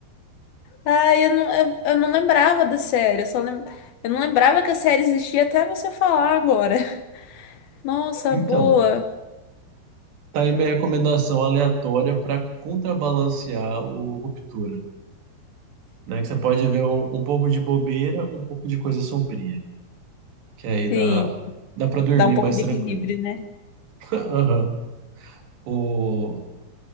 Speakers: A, on the left; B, on the right.
A: Ah, eu não, eu, eu não lembrava da série. Eu só lem, eu não lembrava que a série existia até você falar agora. <laughs> Nossa,
B: Então,
A: boa.
B: tá aí minha recomendação aleatória para contrabalancear o Ruptura, né? Que você pode ver um, um pouco de bobeira, um pouco de coisa sombria, que aí dá,
A: Sim,
B: dá para dormir
A: dá um pouco
B: mais
A: de
B: tranquilo.
A: equilíbrio, né?
B: <laughs> Aham. O-